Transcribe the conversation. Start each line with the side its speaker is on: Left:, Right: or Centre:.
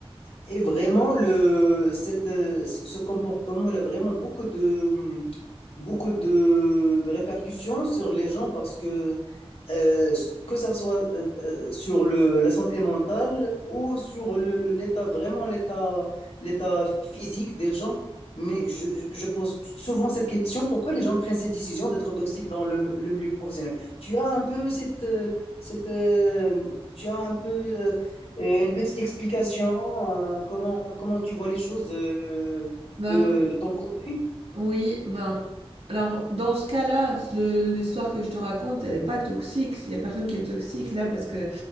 Left: Et vraiment, le, cette, euh, ce ce comportement, il a vraiment beaucoup de, hum, beaucoup de, de répercussions sur les gens parce que euh, que ça soit euh, euh, sur le, la santé mentale ou sur le, le- l'état, vraiment l'état, l'état physique des gens. Mais je, je pose souvent cette question, pourquoi les gens prennent cette décision d'être toxiques dans le, le milieu professionnel? Tu as un peu cette, euh, cette, euh, tu as un peu euh, euh, une petite explication, euh, comment, comment tu vois les choses euh,
Right: Ben
Left: de, de ton côté?
Right: oui, ben alors dans ce cas-là, le- l'histoire que je te raconte, elle n'est pas toxique. Il n'y a personne qui est toxique là parce que